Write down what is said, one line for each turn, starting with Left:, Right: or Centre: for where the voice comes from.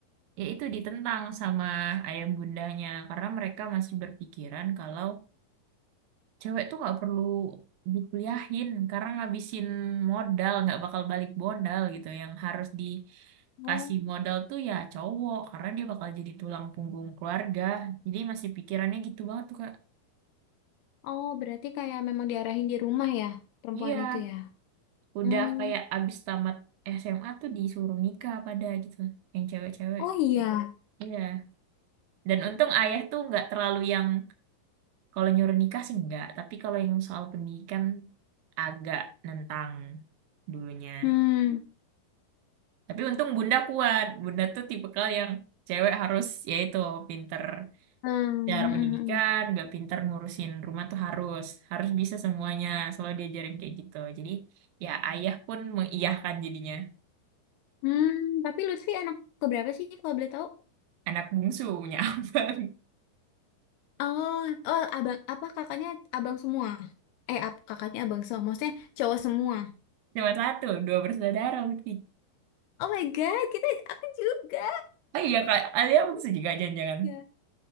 Right: ya itu ditentang sama ayah bundanya karena mereka masih berpikiran kalau cewek tuh nggak perlu dikuliahin karena ngabisin modal nggak bakal balik modal gitu yang harus dikasih
Left: Oh,
Right: modal tuh ya cowok karena dia bakal jadi tulang punggung keluarga jadi masih pikirannya gitu banget tuh Kak
Left: oh berarti kayak memang diarahin di rumah ya perempuan
Right: iya
Left: itu ya.
Right: udah
Left: Hmm.
Right: kayak abis tamat SMA tuh disuruh nikah pada gitu yang cewek-cewek
Left: Oh iya.
Right: iya dan untung ayah tuh nggak terlalu yang Kalau nyuruh nikah sih enggak, tapi kalau yang soal pendidikan agak nentang dulunya.
Left: Hmm.
Right: Tapi untung bunda kuat. Bunda tuh tipikal yang cewek harus yaitu pinter
Left: Hmm.
Right: cara
Left: Hmm. hmm,
Right: pendidikan,
Left: hmm.
Right: nggak pinter ngurusin rumah tuh harus harus bisa semuanya. Selalu diajarin kayak gitu. Jadi ya ayah pun mengiyahkan jadinya.
Left: Hmm, Tapi Lutfi anak keberapa sih kalau boleh tahu?
Right: Anak bungsu punya <laughs> abang.
Left: Oh, oh, abang, apa kakaknya abang semua? Eh, ap- kakaknya abang semua, maksudnya cowok semua.
Right: Cuma satu, dua bersaudara berarti.
Left: Oh my God, kita, aku juga.
Right: Oh iya, Kak, Alia bungsu juga jangan-jangan.
Left: Ya.